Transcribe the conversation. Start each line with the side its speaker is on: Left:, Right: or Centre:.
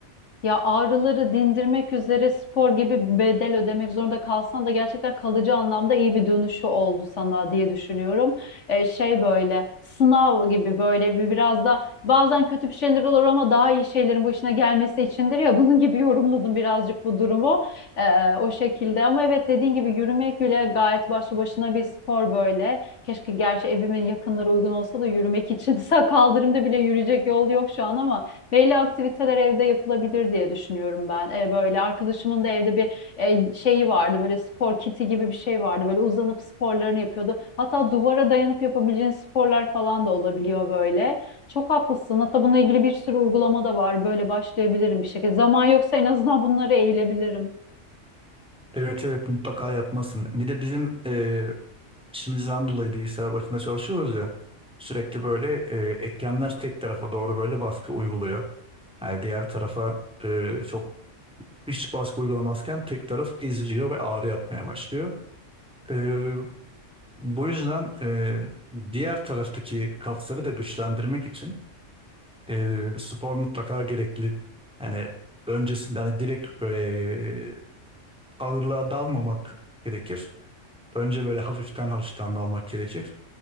Left: Ya ağrıları dindirmek üzere spor gibi bir bedel ödemek zorunda kalsan da gerçekten kalıcı anlamda iyi bir dönüşü oldu sana diye düşünüyorum. Ee, şey böyle sınav gibi böyle bir biraz da bazen kötü bir şeyler olur ama daha iyi şeylerin başına gelmesi içindir ya <laughs> bunun gibi yorumladım birazcık bu durumu Ee, o şekilde. Ama evet dediğin gibi yürümek bile gayet başlı başına bir spor böyle. Keşke gerçi evimin yakınları uygun olsa da yürümek için <laughs> kaldırımda bile yürüyecek yol yok şu an ama belli aktiviteler evde yapılabilir diye düşünüyorum ben. E, böyle arkadaşımın da evde bir e, şeyi vardı. Böyle spor kiti gibi bir şey vardı. Böyle uzanıp sporlarını yapıyordu. Hatta duvara dayanıp yapabileceğin sporlar falan da olabiliyor böyle. Çok haklısın. Hatta bununla ilgili bir sürü uygulama da var. Böyle başlayabilirim bir şekilde. Zaman yoksa en azından bunlara eğilebilirim.
Centre: Evet evet mutlaka yapmasın. Bir de bizim e, işimizden dolayı bilgisayar başında çalışıyoruz ya sürekli böyle e, eklemler tek tarafa doğru böyle baskı uyguluyor. Yani diğer tarafa e, çok hiç baskı uygulamazken tek taraf eziliyor ve ağrı yapmaya başlıyor. Ee, bu yüzden e, diğer taraftaki kasları da güçlendirmek için e, spor mutlaka gerekli. Yani öncesinde hani direkt böyle e, ağırlığa dalmamak gerekir. Önce böyle hafiften hafiften dalmak gerekir.